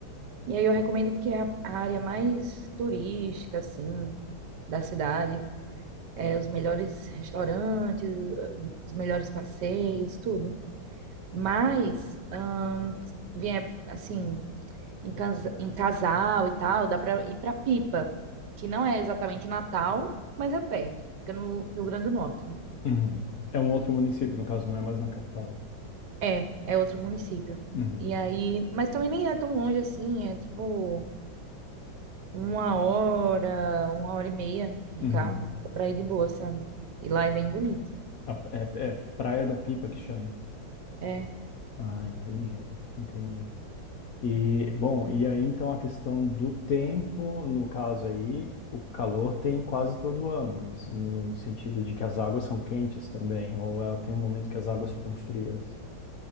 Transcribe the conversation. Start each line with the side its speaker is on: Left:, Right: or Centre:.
Right: E aí eu recomendo porque é a a área mais turística, assim, da cidade. É, os melhores restaurantes, os melhores passeios, tudo. Mas, ahn, se vier, assim, em, casa- em casal e tal, dá pra ir pra Pipa, que não é exatamente Natal, mas é perto. Fica no Rio Grande do Norte, né?
Left: Uhum. É um outro município, no caso, não é mais na capital.
Right: É, é outro município.
Left: Uhum.
Right: E aí, mas também nem é tão longe assim, é tipo uma hora, uma hora e meia de
Left: Uhum.
Right: carro pra ir de boa, sabe? E lá é bem bonito.
Left: A- é, é Praia da Pipa que chama.
Right: É.
Left: Ah, entendi, entendi. E, bom, e aí, então, a questão do tempo, no caso aí, o calor tem quase todo ano, no, no no sentido de que as águas são quentes também, ou ela tem um momento que as águas ficam frias.